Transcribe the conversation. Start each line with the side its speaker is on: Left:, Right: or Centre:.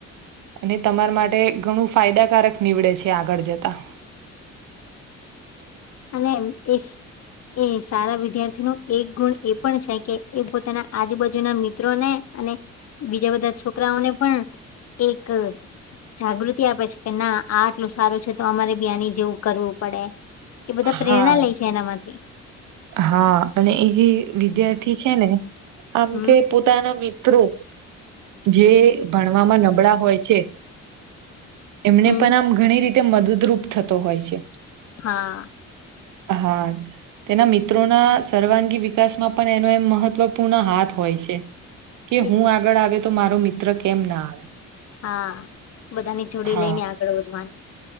Right: અને તમારા માટે ઘણું ફાયદાકારક નીવડે છે, આગળ જતા
Left: અને એમ એસ એ સારા વિદ્યાર્થી નો એક ગુણ એ પણ છે, કે એ પોતાના આજુબાજુના મિત્રો ને અને બીજા બધા છોકરાઓને પણ એક જાગૃતિ આપે છે, કે ના આ આટલું સારું છે, તો અમારે બી આની જેવું કરવું પડે એ બધા
Right: હા
Left: પ્રેરણા લે છે, એનામાંથી
Right: હા અને એ જે વિદ્યાર્થી છે, ને આમ
Left: હમ
Right: કે પોતાના મિ ત્રો જે ભણવામાં નબળા હોય છે. એમને
Left: હમ
Right: પણ આમ ઘણી રીતે મદદરૂપ થતો હોય છે.
Left: હા.
Right: હા. તેના મિત્રોના સર્વાંગી વિકાસમાં પણ એનો એમ મહત્વપૂર્ણ હાથ હોય છે. કે
Left: એ
Right: હું
Left: તો
Right: આગળ
Left: છે
Right: આવે તો મારો મિત્ર કેમ ના આવે
Left: હા બધાની જોડી
Right: હા
Left: લઈને આગળ વધવાનું